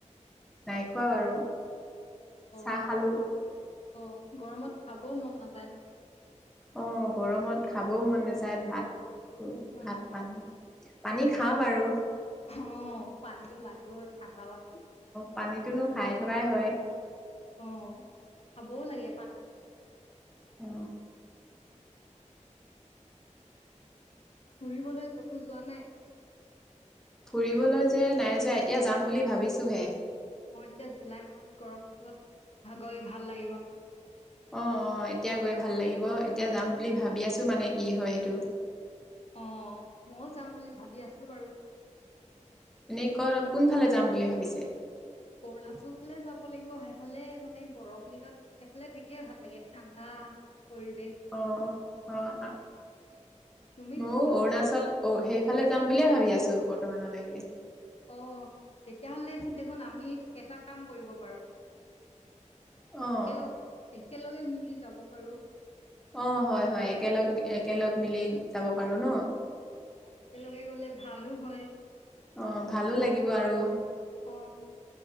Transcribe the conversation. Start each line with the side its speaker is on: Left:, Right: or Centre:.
Centre: নাই খোৱা বাৰু।
Left: অ',
Centre: চাহ খালো।
Left: অ গৰমত খাবও মন নাযায় ন?
Centre: অ গৰমত খাবও মন নাযায় ভাতটো,
Left: উম,
Centre: ভাত পানী। পানী খাওঁ বাৰু।
Left: হঁ, পানীতো লাগব ঠাণ্ডা পানী।
Centre: পানীতোনো খাই থকাই হয়।
Left: অ, খাবও লাগে পানীটো।
Centre: অ।
Left: অ। ফুৰিবলৈ কতো যোৱা নাই?
Centre: ফুৰিবলৈ যে নাই যোৱা, এতিয়া যাম বুলি ভাবিছোহে।
Left: অ এতিয়া জুলাই মাহত গৰম বন্ধত ভা গৈ ভাল লাগিব ন?
Centre: অ অ এতিয়া গৈ ভাল লাগিব এতিয়া যাম বুলি ভাবি আছো মানে কি হয় সেইটো
Left: অ মইয়ো যাম বুলি ভাবি আছো বাৰু
Centre: এনেই কৰ কোনফালে যাম বুলি ভাবিছে
Left: অৰুণাচল ফালে যাব লাগিব সেইফালে মানে গৰম দিনত সেইফালে থাকিয়ে ভাল লাগে ঠাণ্ডা পৰিৱেশ।
Centre: অ অ
Left: তুমি
Centre: ময়ো
Left: কোনফালে
Centre: অৰুণাচল
Left: যাবা
Centre: সেইফালে যাম বুলিয়ে ভাবি আছো বৰ্তমানলৈকে
Left: অ তেতিয়াহলে দেখোন আমি এটা কাম কৰিব পাৰো
Centre: অ',
Left: একেলগ একেলগে মিলি যাব পাৰো
Centre: অ হয় হয় একেলগ একেলগ মিলি যাব পাৰো ন
Left: অ একেলগে গ'লে ভালো হয়
Centre: আহ ভালো লাগিব আৰু
Left: অ